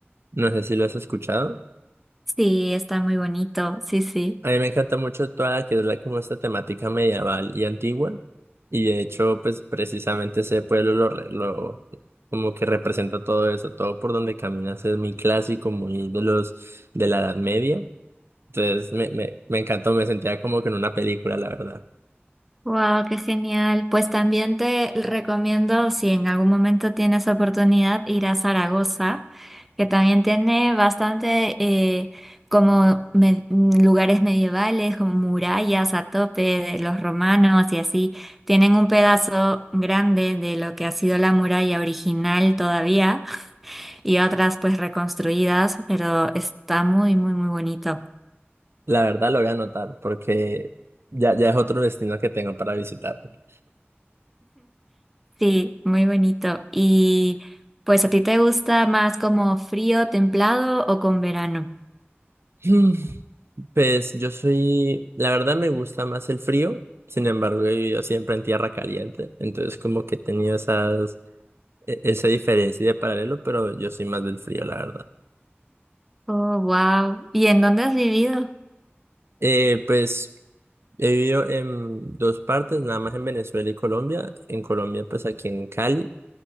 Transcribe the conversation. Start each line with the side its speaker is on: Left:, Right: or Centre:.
Right: No sé si lo has escuchado.
Centre: Sí, está muy bonito, sí, sí.
Right: A mí me encanta mucho toda la que es la, como esta temática medieval y antigua. Y de hecho, pues precisamente ese pueblo lo, re- lo como que representa todo eso. Todo por donde caminas es muy clásico, muy de los de la Edad Media. Entonces me, me, me encantó, me sentía como que en una película, la verdad.
Centre: Wow, qué genial. Pues también te recomiendo, si en algún momento tienes oportunidad, ir a Zaragoza, que también tiene bastante eh, como me- mm, lugares medievales, como murallas a tope de los romanos y así. Tienen un pedazo grande de lo que ha sido la muralla original todavía y otras pues reconstruidas, pero está muy, muy, muy bonito.
Right: La verdad lo voy a anotar porque ya, ya es otro destino que tengo para visitar. <laughs>
Centre: Sí, muy bonito. Y pues, ¿a ti te gusta más como frío, templado o con verano?
Right: Mm. Pues yo soy, la verdad me gusta más el frío, sin embargo he vivido siempre en tierra caliente, entonces como que he tenido esas, e- esa diferencia de paralelo, pero yo soy más del frío, la verdad.
Centre: Oh, wow. ¿Y en dónde has vivido?
Right: Eh, pues he vivido en dos partes, nada más en Venezuela y Colombia. En Colombia pues aquí en Cali